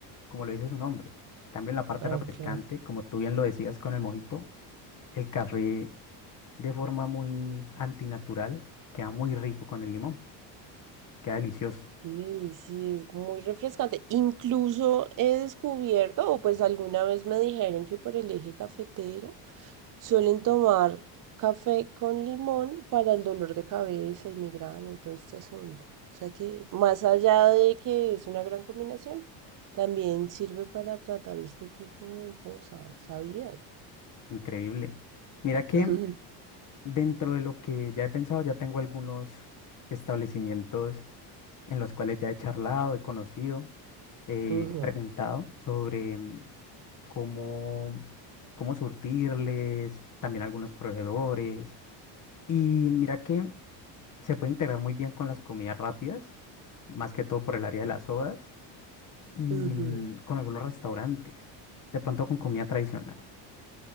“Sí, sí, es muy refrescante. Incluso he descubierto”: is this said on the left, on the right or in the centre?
Right